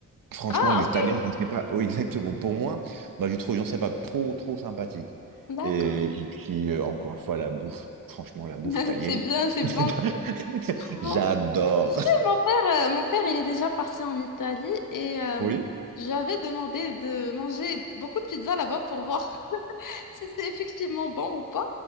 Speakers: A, on the right (about 85°); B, on the left (about 70°).
A: Franchement,
B: Ah,
A: les
B: ok.
A: Italiens, je ne sais pas. Oui, exactement. Pour moi, bah, je trouve, j'en sais pas, trop, trop sympathique.
B: D'accord.
A: Et, et puis, euh, encore une fois, la bouffe. Franchement, la bouffe
B: <laughs>
A: italienne.
B: C'est bien, c'est bon,
A: <laughs>
B: c'est trop
A: J'adore.
B: bon. Tu sais, mon père, euh, mon père, il est déjà parti en Italie et euh,
A: Oui.
B: j'avais demandé de manger beaucoup de pizza là-bas pour voir si c'est effectivement bon ou pas.